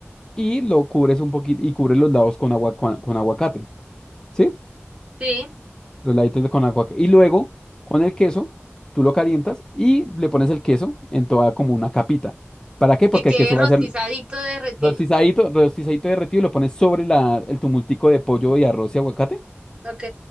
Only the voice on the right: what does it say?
sí,
que quede
rostizadito
derretido.
Ok.